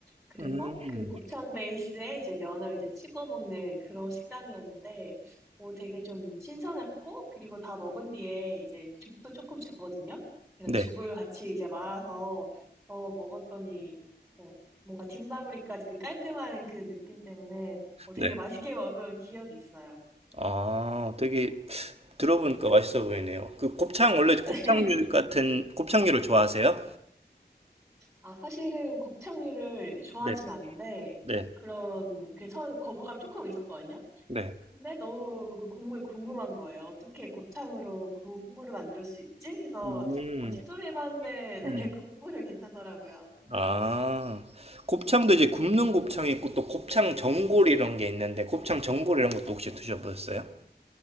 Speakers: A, in the centre; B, on the right.
A: 그래서
B: 음.
A: 그 곱창 베이스에 이제 면을 이제 찍어 먹는 그런 식당이었는데 어, 되게 좀 신선했고 그리고 다 먹은 뒤에 이제 죽도 조금 주거든요. 그래서
B: 네.
A: 죽을 같이 이제 말아서 어, 먹었더니 어, 뭔가 뒷마무리까지 그 깔끔한 그 느낌 때문에 어, 되게
B: 네.
A: 맛있게 먹은 기억이 있어요.
B: 아, 되게 들어보니까 맛있어 보이네요. 그 곱창, 원래 곱창류
A: <laughs>
B: 같은 곱창류를 좋아하세요?
A: 아, 사실은 곱창류를 좋아하진
B: 네.
A: 않는데,
B: 네.
A: 그런, 그 처음에 거부감이 조금 있었거든요?
B: 네.
A: 근데 너무 그 국물이 궁금한 거예요. 어떻게 곱창으로 그 국물을 만들 수 있지? 해서,
B: 음.
A: 어, 시도를 해봤는데, <laughs>
B: 음.
A: 네, 국물은 괜찮더라고요.
B: 아, 곱창도 이제 굽는 곱창이 있고 또 곱창 전골 이런 게 있는데 곱창 전골 이런 것도 혹시 드셔보셨어요?